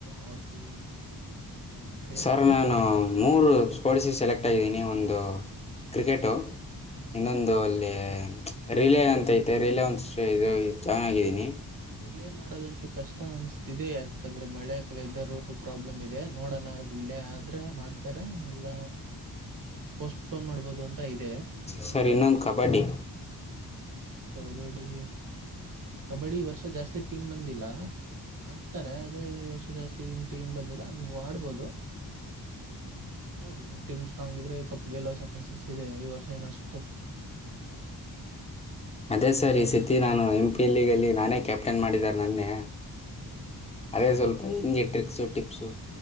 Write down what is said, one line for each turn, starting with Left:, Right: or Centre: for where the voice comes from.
Right: ಹಾಕಿ ಎಲ್ಲ ನಡೆಯುತ್ತೆ
Left: ಸರ್ ನಾನು ಮೂರು ಸ್ಪೋರ್ಟ್ಸ್ಗೆ ಸೆಲೆಕ್ಟ್ ಆಗಿದ್ದೀನಿ ಒಂದು ಕ್ರಿಕೆಟು
Right: ಹಾ
Left: ಇನ್ನೊಂದು ಅಲ್ಲಿ ರಿಲೇ ಅಂತ ಐತೆ ರೀಲೆ ಒಂದು ಸ <unintelligible> ಇದು ಚೆನ್ನಾಗಿದ್ದೀನಿ.
Right: ರಿಲೇ ಮಾಡೋದೊಂಚು ಕಷ್ಟ ಅನಿಸ್ತಿದೆ ಯಾಕಂದ್ರೆ ಮಳೆ ವೆದರ್ ಪ್ರಾಬ್ಲಮ್ ಇದೆ ನೋಡೋಣ. ಇಲ್ಲೆ ಆದ್ರ ಮಾಡ್ತಾರೆ ಇಲ್ಲ. ಪೋಸ್ಟ್ಪೋನ್ ಮಾಡ್ಬೋದು ಅಂತ ಇದೆ ನೋಡ್ತಾಳ
Left: ಸರ ಇನ್ನೊಂದು ಕಬಡ್ಡಿ
Right: ಕಬಡ್ಡಿ ಕಬಡ್ಡಿ ಈ ವರ್ಷ ಜಾಸ್ತಿ ಟೀಮ್ ಬಂದಿಲ್ಲ. ಆಡ್ಸ್ತಾರೆ ಆದ್ರೆ ಈ ವರ್ಷ ಜಾಸ್ತಿ ಇನ್ ಟೀಮ್ ಬಂದಿಲ್ಲ ನೀವು ಆಡ್ಬೋದು. ನೋಡಿ ನಿಮ್ ಟೀಮ ಸ್ಟ್ರಾಂಗ್ ಇದ್ರೆ ಕಪ್ ಗೆಲ್ಲೋ ಚಾನ್ಸಸ್ ಇದೆ ಈ ವರ್ಷ. ಸ <inaudible>
Left: ಅದೇ ಸರ್ ಈ ಸತಿ ನಾನು ಎಂ ಪಿ ಅಲ್ಲಿ. ಅಲ್ಲಿ ನಾನೇ ಕ್ಯಾಪ್ಟನ್ ಮಾಡಿದ್ದಾರೆ ನನ್ನೆ.
Right: ಹೌ
Left: ಅದೇ ಸ್ವಲ್ಪ ಹಿಂಗೆ ಟ್ರಿಕ್ಸು ಟಿಪ್ಸು